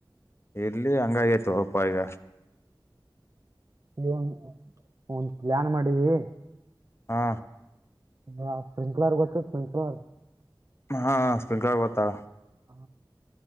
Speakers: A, on the left; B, on the right.
A: ಇಲ್ಲಿ ಹಂಗಾಗಿತೋಪ್ಪ ಈಗ
B: ಈಗ್ ಒಂದ ಪ್ಲ್ಯಾನ್ ಮಾಡಿವಿ
A: ಹಾ
B: ಹ ಸ್ಪ್ರಿಂಕ್ಲರ್ ಗೊತ್ತ ಸ್ಪ್ರಿಂಕ್ಲರ್
A: ಹಾ ಹಾ ಸ್ಸ್ಪ್ರಿಂಕ್ಲರ್ ಗೊತ್ತಾ
B: ಆ